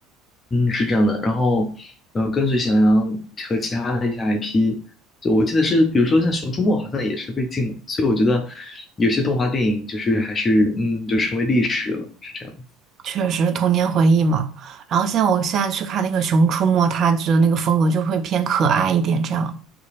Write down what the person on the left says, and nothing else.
嗯，是这样的。然后，呃，跟随喜羊羊和其他的一些 IP，就我记得是，比如说像《熊出没》，好像也是被禁了。所以我觉得有些动画电影就是还是，嗯，就成为历史了。是这样。